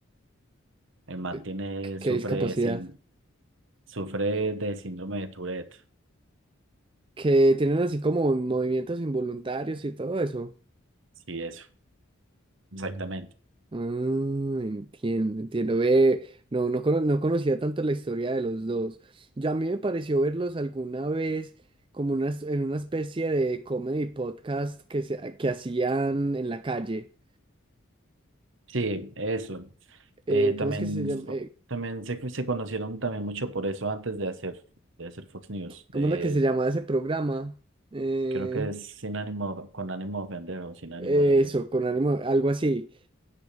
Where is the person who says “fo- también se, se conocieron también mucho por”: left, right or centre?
Right